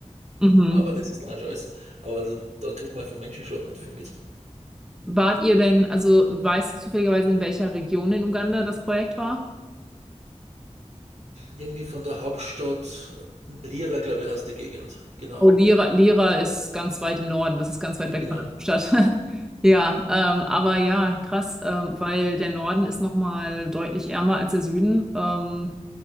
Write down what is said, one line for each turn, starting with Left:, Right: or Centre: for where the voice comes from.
Centre: Mhm.
Right: Aber das ist dann auch schon alles. Aber da, da kriegt man vom Menschenschlag nicht viel mit.
Centre: Wart ihr denn, also weißt du zufälligerweise, in welcher Region in Uganda das Projekt war?
Right: Irgendwie von der Hauptstadt äh, Lira, glaube ich, heißt die Gegend. Genau.
Centre: Oh, Lira, Lira ist ganz weit im Norden, das ist ganz weit
Right: Genau.
Centre: weg von der Stadt. <laughs> Ja, ähm, aber ja, krass, ähm, weil der Norden ist nochmal deutlich ärmer als der Süden. Ähm,